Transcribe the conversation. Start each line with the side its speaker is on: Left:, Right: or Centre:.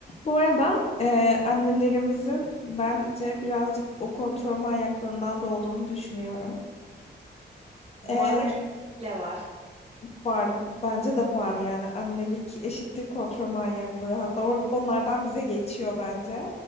Left: Bu arada e, annelerimizin bence birazcık o kontrol manyaklığından da olduğunu düşünüyorum.
Right: Bu
Left: E,
Right: arada kesinlikle var.
Left: var, bence de var yani annelik eşittir kontrol manyaklığı. Hatta or- onlardan bize geçiyor bence.